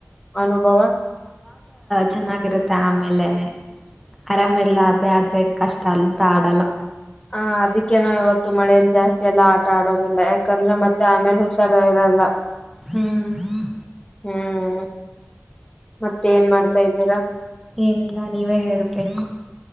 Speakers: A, on the left (about 20°); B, in the centre.
A: ಅನುಭವ
B: ಚೆನ್ನಾಗಿರತ್ತೆ ಆಮೇಲೆನೆ ಅರಾಮ ಇರ್ಲ್ಲ ಅೇ ಆದ್ರೆ ಕಷ್ಟ ಅಲ್ಲಂತ ಆಡಲ್ಲ
A: ಹ ಅದಕ್ಕೇನ ಇವತ್ತು ಮಳೇಯಲ್ಲಿ ಜಾಸ್ತಿ ಎಲ್ಲಾ ಆಟ ಆಡೋದಿಲ್ಲ ಯಾಕಂದ್ರೆ ಮತ್ತೆ ಆಮೇಲೆ ಹುಷಾರ ಇರಲ್ಲ
B: ಹ್ಮ್ ಹ್ಮ <inaudible>
A: ಹ್ಮ್ ಮತ್ತೆ ಏನ್ ಮಾಡ್ತಾ ಇದ್ದೀರಾ
B: ಏನಿಲ್ಲ ನೀವೇ ಹೇಳ್ಬೇಕು